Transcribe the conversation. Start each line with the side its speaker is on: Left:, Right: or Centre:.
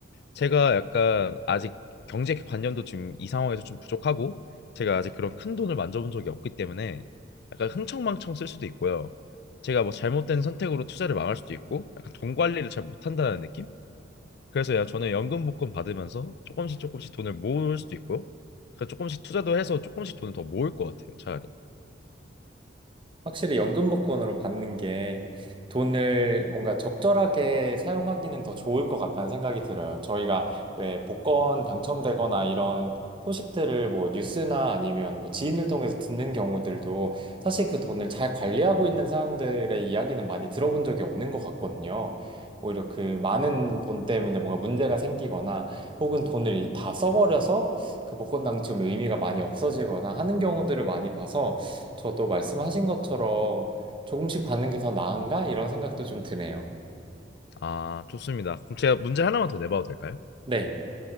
Left: 제가 약간 아직 경제 관념도 지금 이 상황에서 좀 부족하고 제가 아직 그런 큰 돈을 만져본 적이 없기 때문에 약간 흥청망청 쓸 수도 있고요. 제가 뭐 잘못된 선택으로 투자를 망할 수도 있고 약간 돈 관리를 잘 못한다는 느낌? 그래서 야 저는 연금 복권 받으면서 조금씩 조금씩 돈을 모을 수도 있고요. 그러니까 조금씩 투자도 해서 조금씩 돈을 더 모을 것 같아요, 차라리.
Right: 확실히 연금복권으로 받는 게 돈을 뭔가 적절하게 사용하기는 더 좋을 것 같다는 생각이 들어요. 저희가 왜 복권 당첨되거나 이런 소식들을 뭐 뉴스나 아니면 뭐 지인을 통해서 듣는 경우들도 사실 그 돈을 잘 관리하고 있는 사람들의 이야기는 많이 들어본 적이 없는 것 같거든요. 오히려 그 많은 돈 때문에 뭔가 문제가 생기거나 혹은 돈을 다 써버려서 그 복권 당첨 의미가 많이 없어지거나 하는 경우들을 많이 봐서 저도 말씀하신 것처럼 조금씩 받는 게 더 나은가? 이런 생각도 좀 드네요.
Left: 아, 좋습니다. 그럼 제가 문제 하나만 더 내봐도 될까요?
Right: 네.